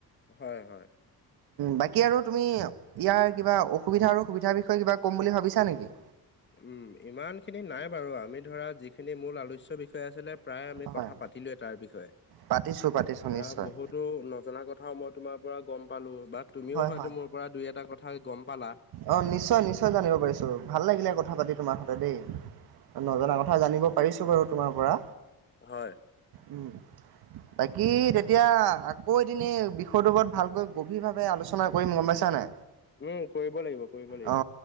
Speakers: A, on the left (about 30°); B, on the right (about 80°).
A: হয় হয়।
B: বাকী আৰু তুমি ইয়াৰ কিবা অসুবিধা আৰু সুবিধাৰ বিষয়ে কিবা ক'ম বুলি ভাবিছা নেকি?
A: উম ইমান খিনি নাই বাৰু আমি ধৰা যিখিনি মূল আলোচ্য বি বিষয়ে আছিলে প্ৰায় আমি কথা
B: হয়।
A: পাতিলোৱে তাৰ বিষয়ে।
B: পাতিছোঁ পাতিছোঁ
A: দৰা
B: নিশ্চয়।
A: বহুতো নজনা কথাও মই তোমাৰ পৰা গম পালো বা তুমিও
B: হয়
A: হয়তো
B: হয়
A: মোৰ পৰা দুই এটা কথা গম পালা।
B: অ নিশ্চয় নিশ্চয় জানিব পাৰিছো ভাল লাগিলে কথা পাতি তোমাৰ হতে দেই। নজনা কথা জানিব পাৰিছো বাৰু তোমাৰ পৰা।
A: হয়।
B: উ বাকী তেতিয়া আকৌ এদিনে বিষয়টোৰ ওপৰত ভালকৈ গভীৰ ভাৱে আলোচনা কৰিম গম পাইছানে।
A: উম কৰিব লাগিব। কৰিব লাগিব।
B: অ